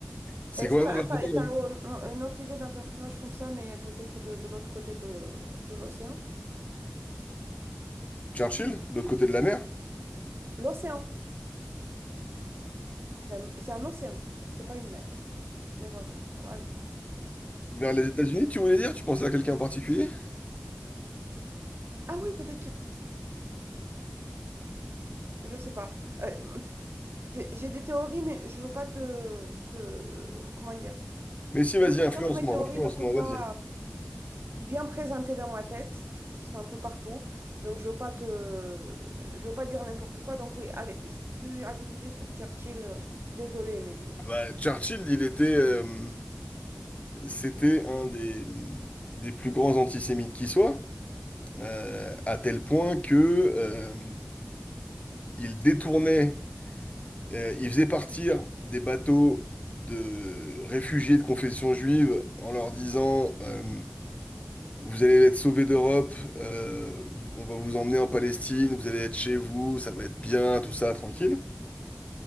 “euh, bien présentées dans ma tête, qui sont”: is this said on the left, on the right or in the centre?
Right